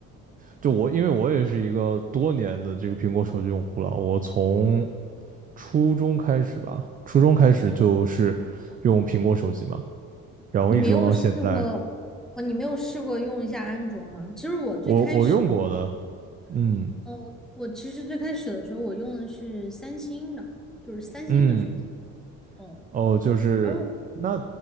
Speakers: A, on the right; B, in the centre.
A: 就我，因为我也是一个多年的这个苹果手机用户了，我从初中开始吧，初中开始就是用苹果手机嘛，然后一直用到现在。
B: 你没有试过哦？你没有试过用一下安卓吗？其实我最开始的时候，
A: 我我用过的，嗯
B: 哦，我其实最开始的时候我用的是三星的，就是三星的手机。
A: 嗯，
B: 嗯，
A: 哦，就是那
B: 然后